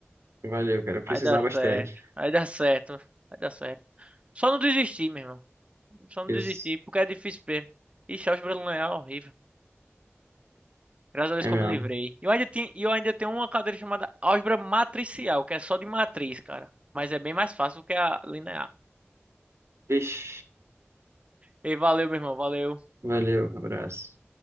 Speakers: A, on the right; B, on the right.
A: Valeu, cara, eu precisar
B: Vai dar certo.
A: bastante.
B: Vai dar certo. Vai dar certo. Só não desistir, meu irmão. Só não
A: Isso,
B: desistir, porque é difícil mesmo. Ixi, álgebra linear é horrível. Graças a Deus
A: é
B: que
A: mesmo.
B: eu me livrei. E eu ainda tinha, e eu ainda tenho uma cadeira chamada álgebra matricial, que é só de matriz, cara. Mas é bem mais fácil do que a linear.
A: Ixi,
B: E valeu, meu irmão. Valeu.
A: valeu, abraço.